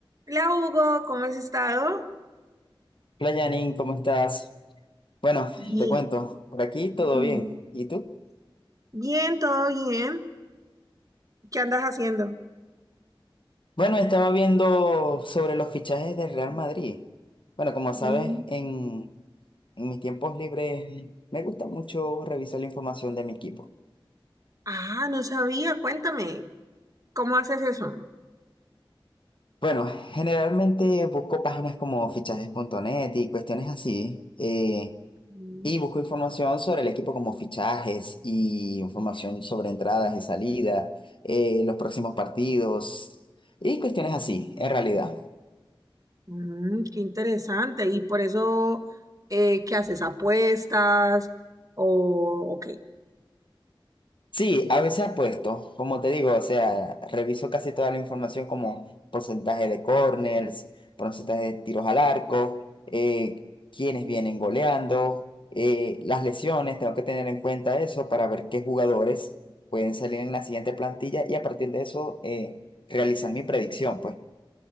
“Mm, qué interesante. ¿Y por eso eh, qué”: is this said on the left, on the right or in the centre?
Right